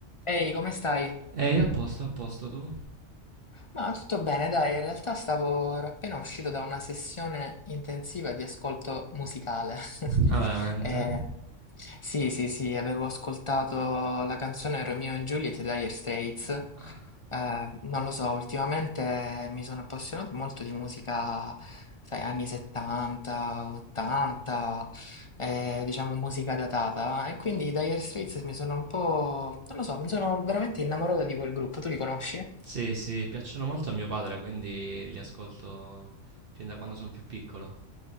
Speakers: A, on the left; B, on the right.
A: Ehi, come stai?
B: Ehi, a posto, a posto tu?
A: Ma tutto bene, dai, in realtà stavo ero appena uscito da una sessione intensiva di ascolto musicale. <laughs>
B: Ah, veramente?
A: Eh, sì, sì, sì, avevo ascoltato la canzone Romeo and Juliet di Dire Straits.
B: Ah.
A: Eh, non lo so, ultimamente mi sono appassionato molto di musica, sai, anni 70, 80, eh, diciamo musica datata. E quindi i Dire Straits mi sono un po', non lo so, mi sono veramente innamorato di quel gruppo. Tu li conosci?
B: Sì, sì, piacciono molto a mio padre, quindi li ascolto fin da quando sono più piccolo.